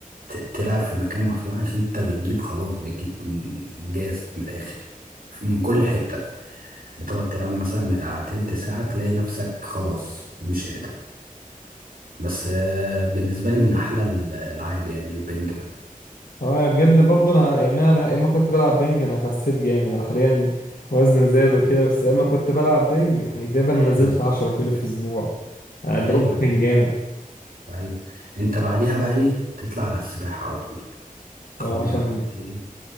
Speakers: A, on the right (about 80°); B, on the left (about 80°).
A: ت- تلعب في مكان مفتوح عشان انت بتجيب خلاص بتجيب جاز من الاخر من كل حته بتقعد تلعب مثلا بتاع تلت ساعه تلاقي نفسك خلاص مش قادر بس آه، بالنسبه لي من احلى الالعاب يعني البنج
B: اه يعني بجد برضه أنا يا إما أنا يا إما كنت بلعب بينج أنا خسيت جامد أنا حاليا وزني زاد وكده بس يا إما كنت بلعب بينج يعني تقريبا نزلت
A: ده
B: 10 كيلو في أسبوع يعني الدروب
A: ايوه
B: كان
A: ايوه
B: جامد
A: أيوة. انت بعديها بقى ايه تطلع على السباحه على طول خد
B: اه عشان
A: لك بقى إيه؟